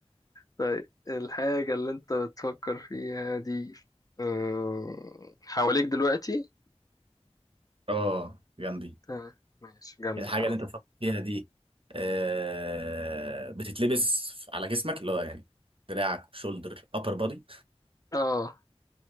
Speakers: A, on the left (about 35°); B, on the right (about 55°).
A: طيب الحاجة اللي انت بتفكر فيها دي أم، حواليك دلوقتي
B: اه جنبي
A: تمام ماشي جنبك
B: الحاجه
A: على
B: اللي
A: طول
B: انت بتفكر فيها دي آه بتتلبس على جسمك اللي هو يعني دراعك شولدر ابر بودي
A: اه